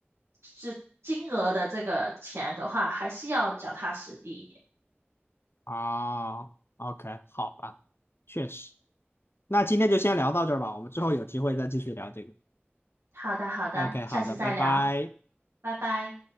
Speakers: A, on the right; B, on the left.
A: 是金额的这个钱的话，还是要脚踏实地一点。
B: 啊，OK，好吧，确实。那今天就先聊到这儿吧，我们之后有机会再继续聊这个。
A: 好的，好的，
B: OK，
A: 下次再聊，
B: 好的，拜拜。
A: 拜拜。